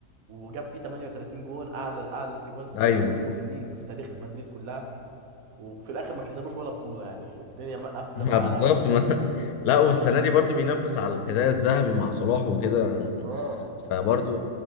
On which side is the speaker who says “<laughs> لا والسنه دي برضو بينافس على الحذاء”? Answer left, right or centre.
Left